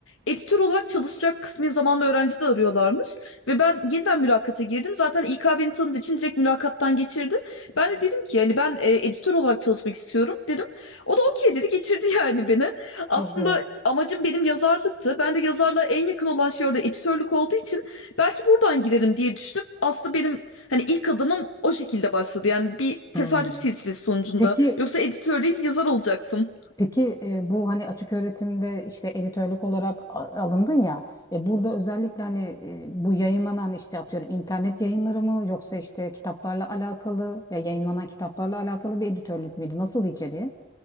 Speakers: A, on the left; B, on the left.
A: editör olarak çalışacak kısmi zamanlı öğrenci de arıyorlarmış. Ve ben yeniden mülakata girdim. Zaten İK beni tanıdığı için direkt mülakattan geçirdi. Ben de dedim ki yani ben e, editör olarak çalışmak istiyorum dedim. O da okey dedi geçirdi <laughs> yani beni. Aslında
B: Çok güzel.
A: amacım benim yazarlıktı. Ben de yazarlığa en yakın olan şey orada editörlük olduğu için belki buradan girerim diye düşündüm. Aslında benim Hani ilk adımım o şekilde başladı. Yani bir tesadüf
B: Hı.
A: silsilesi sonucunda.
B: Peki
A: Yoksa editör değil yazar olacaktım.
B: Peki e, bu hani açık öğretimde işte editörlük olarak a- alındın ya e, burada özellikle hani e, bu yayınlanan işte atıyorum internet yayınları mı yoksa işte kitaplarla alakalı ya yayınlanan kitaplarla alakalı bir editörlük müydü? Nasıl içeriği?